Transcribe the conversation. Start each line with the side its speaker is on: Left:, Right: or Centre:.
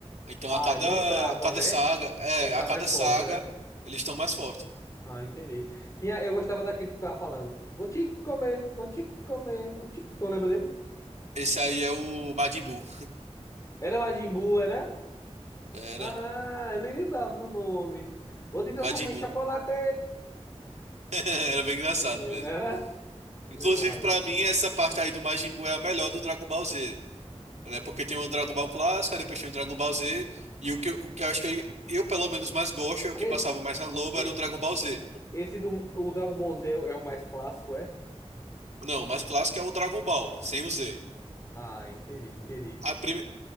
Right: Então
Left: Ah,
Right: a cada
Left: não trava,
Right: a cada
Left: né?
Right: saga, é,
Left: Ele tá
Right: a cada
Left: mais
Right: saga
Left: forte, né?
Right: eles estão mais fortes.
Left: Ah, entendi. Tinha, eu gostava daquele que tava falando. Vou te comer, vou te comer, vou te... Tu lembra dele?
Right: Esse aí é o Majin Buu.
Left: Era Majin Buu, era?
Right: Era
Left: Ah, eu nem lembrava do nome. Vou te transformar
Right: Majin
Left: em
Right: Buu.
Left: chocolate!
Right: <laughs> Era bem engraçado
Left: É,
Right: mesmo.
Left: não era? Eu
Right: Inclusive,
Left: lembrava
Right: pra
Left: assim.
Right: mim, essa parte aí do Majin Buu é a melhor do Dragon Ball Z, né? Porque tem o Dragon Ball clássico, aí depois tem o Dragon Ball Z, e o que, eu- o que eu acho que eu, eu, pelo menos, mais gosto, é o que
Left: Esse,
Right: passava mais na Globo,
Left: e-
Right: era o Dragon Ball Z.
Left: esse do o Dragon Ball Z é o mais clássico, é?
Right: Não, o mais clássico é o Dragon Ball, sem o Z.
Left: Ah, entendi, entendi.
Right: A prime-